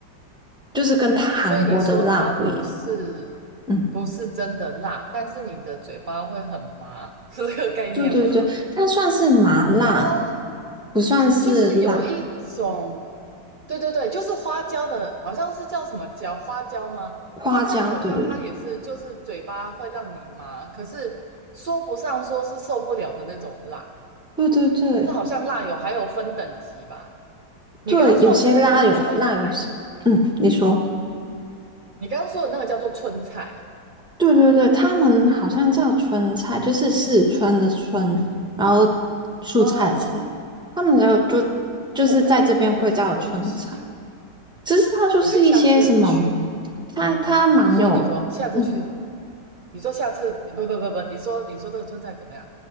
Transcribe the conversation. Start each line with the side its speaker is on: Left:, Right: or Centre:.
Centre: 就是跟韩国的辣不一样。
Right: 所以你说它不是
Centre: 嗯，
Right: 不是真的辣，但是你的嘴巴会很麻，是这个概念吗？
Centre: 对对对，它算是麻辣，
Right: 哦，
Centre: 不算是辣。
Right: 就是有一种，对对对，就是花椒的，好像是叫什么椒，花椒吗？
Centre: 花椒，
Right: 花椒好像它也是，
Centre: 对对对
Right: 就是嘴巴会让你麻，可是说不上说是受不了的那种辣，
Centre: 对对对
Right: 就是好像辣有还有分等级吧。你刚刚说的那个叫做春菜，
Centre: 对，有些辣油辣油是，嗯，你说。
Right: 你刚刚说的那个叫做春菜啊？
Centre: 对对对，他们好像叫春菜，就是四川的春，然后蔬菜的菜，
Right: 啊，
Centre: 他们就就就是在这边会叫春菜。
Right: 哦我没有听过这个东西耶，
Centre: 其实它就是一些什么，
Right: 我觉得下次去，
Centre: 它它蛮有，
Right: 你说你说，下次去，
Centre: 嗯，
Right: 你说下次，不不不不，你说你说这个春菜怎么样？